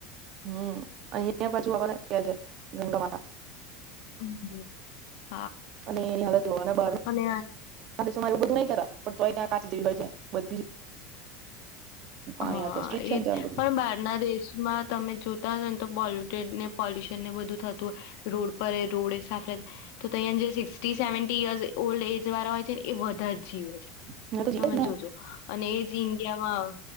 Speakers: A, on the right; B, on the left.
A: હમ અહિયાંયા પાછુ આપણે કયા છે ગંગા માતા
B: <inaudible>
A: અને હ ધોવાના બાર <inaudible>
B: અને
A: બાર એવું બધું નહી કરતા પણ તોય ત્યાં કાચ હો છે બધી પાણી
B: હા
A: આ સ્ટ્રીક છે
B: એ
A: ને ત્યાં
B: પણ બહારના દેશમાં તમે જોતા હતા પોલ્યુટેડ ને પોલ્યુશન ને બધું થતું હોય રોડ પર એ રોડ એ સાફ તો તહીં જે sixty seventy years old age વાળ હોય છે ને એ વધારે જ જીવે છે
A: બધું તો જીવે
B: તમે
A: જ ને
B: જોજો અને એ ઇન્ડિયા માં